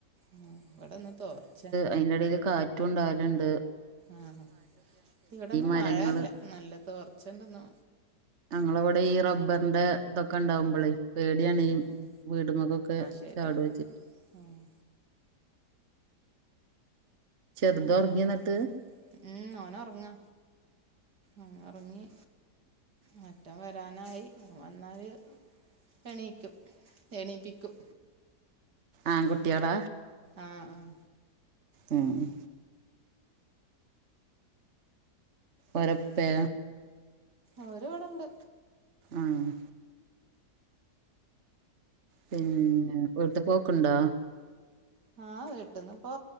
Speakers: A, on the right (about 75°); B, on the right (about 45°).
A: ഉം ഇവിടന്ന് തോർച്ച
B: അതിന്റടേൽ കാറ്റും ഉണ്ടാകലുണ്ട്
A: ആഹ് ഇവിടുന്ന്
B: മരങ്ങള്
A: മഴല്ല നല്ല തോർച്ചണ്ടൊന്ന്
B: ഞങ്ങളെ ഇവിടെ ഈ റബ്ബറിന്റെ ഇതൊക്കെ ഇണ്ടാവുമ്പോളേ പേടിയാണീ
A: ഉം
B: വീടുമക്കൊക്കെ
A: ശരിയാ
B: ചാടു വെച്ചിട്ട്
A: ആഹ്
B: ചെർത്
A: വേറെ
B: ഒറങ്ങിയോന്നിട്ട്?
A: ഉം ഓന് ഒറങ്ങാ ഓന് ഒറങ്ങി മറ്റവൻ വരാനായി ഓൻ വന്നാല് എണീക്കും എണീപ്പിക്കും
B: ആൺ കുട്ടിയാളാ?
A: ആഹ് ആഹ്
B: ഉം ഉം ഒരപ്പേ
A: ഓര് ഇവിടൊണ്ട്
B: ആഹ് പിന്നെ വീട്ടി പോക്കുണ്ടാ?
A: ആഹ് വീട്ടിൽന്നിപ്പോ